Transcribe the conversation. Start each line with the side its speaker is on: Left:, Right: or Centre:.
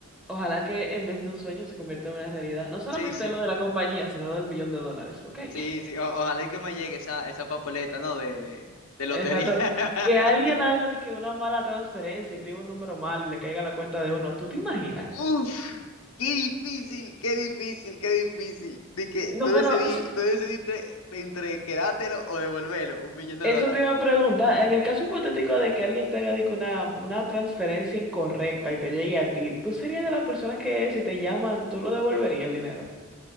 Centre: ojalá que en vez de un sueño se convierta en una realidad. No solamente
Left: Sí, sí.
Centre: lo de la compañía, sino lo del millón de dólares, ¿ok?
Left: Sí,
Centre: <laughs>
Left: sí. O- ojalá y que me llegue esa, esa papeleta, ¿no? De, de, de lotería.
Centre: Exacto.
Left: <laughs>
Centre: Que alguien haga de que una mala transferencia, escriba un número mal y le caiga a la cuenta de uno. ¿Tú te imaginas?
Left: Uf, qué difícil, qué difícil, qué difícil. De que
Centre: No,
Left: tú decidí,
Centre: pero si,
Left: tú decidí entre, entre quedártelo o devolverlo, un millón de
Centre: Eso
Left: dólares.
Centre: te iba a preguntar. En el caso hipotético de que alguien te haga de que una, una transferencia incorrecta y te llegue a ti, ¿tú serías de las personas que si te llaman, tú lo devolverías el dinero?